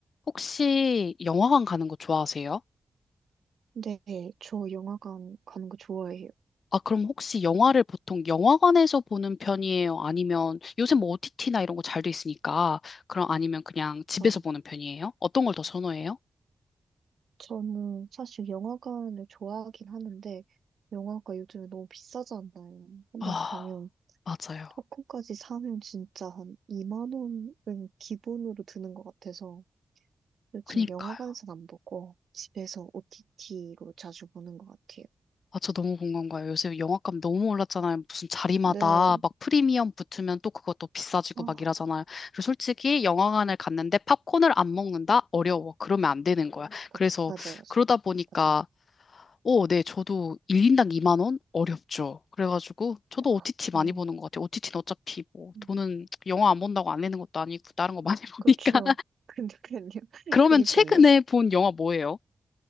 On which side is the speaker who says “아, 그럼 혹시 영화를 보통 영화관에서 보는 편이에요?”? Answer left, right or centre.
Left